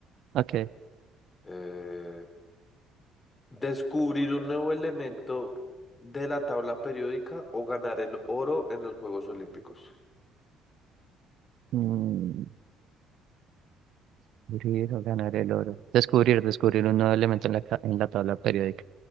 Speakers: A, on the right; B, on the left.
A: Ok.
B: Eh, descubrir un nuevo elemento de la tabla periódica o ganar el oro en los Juegos Olímpicos.
A: Mm, descubrir o ganar el oro. Descubrir, descubrir un nuevo elemento en la, ca- en la tabla periódica.